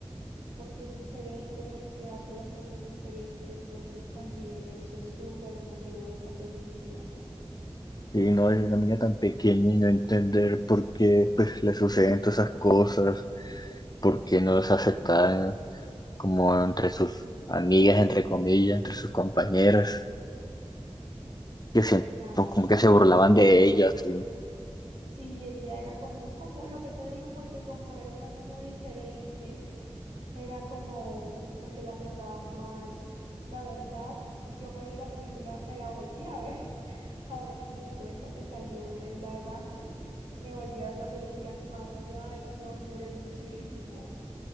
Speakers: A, on the right (about 85°); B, on the left (about 35°).
A: porque es diferente, porque hace las cosas diferente, entonces también eso es súper emotivo de esa película.
B: Y no es una niña tan pequeña y no entender por qué pues le suceden todas esas cosas, por qué no es aceptada como entre sus amigas, entre comillas, entre sus compañeras, que siento
A: Claro.
B: como que se burlaban de ella, sí.
A: Sí, ella era como, como lo que te digo, porque como era una niña diferente, era como, como que la trataban mal. La verdad, yo me vi la película, me la volví a ver. <laughs> Ahora que me di cuenta que salió el live action, me volví a ver la película animada y ay, no, lloré muchísimo.